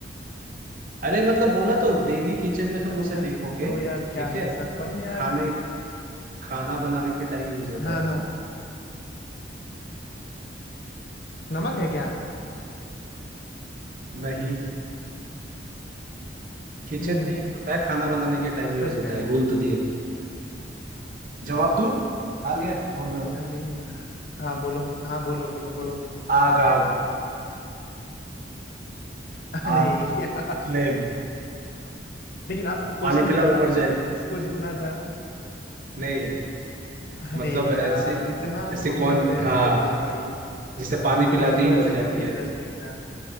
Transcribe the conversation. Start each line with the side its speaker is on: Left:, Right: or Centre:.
Right: अरे मतलब बोला तो डेली किचन में तुम
Left: अच्छा
Right: उसे देखोगे
Left: तो यार क्या
Right: ठीक है
Left: है ऐसा फन यार
Right: खाने खाना बनाने के टाइम यूज होता
Left: हाँ
Right: है
Left: हाँ
Right: मतलब
Left: नमक है क्या
Right: नहीं किचन
Left: हम्म
Right: में यूज होता है खाना बनाने के टाइम यूज
Left: तब
Right: होता
Left: क्या
Right: है
Left: है
Right: बोल तो दिया जवाब दूं हार गए बोल रहे हो
Left: अरे यार हाँ बोलो हाँ बोलो बोलो बोलो
Right: आग आग
Left: अरे
Right: आग
Left: यार
Right: फ्लेम
Left: लेकिन आप क्वेश्चन
Right: पानी पिला
Left: क्या था
Right: उबर
Left: आपका
Right: जाएगी
Left: जिसको जितना ज्यादा
Right: नहीं
Left: अरे
Right: मतलब ऐसे
Left: यार इतना
Right: ऐसे
Left: कॉमन
Right: कौन
Left: सेंस
Right: हाँ
Left: पे था भाई
Right: जिसे पानी
Left: हाँ
Right: पिलाते
Left: ये तो
Right: ही
Left: वैसे
Right: मर जाती
Left: काफी
Right: है
Left: इंटरेस्टिंग था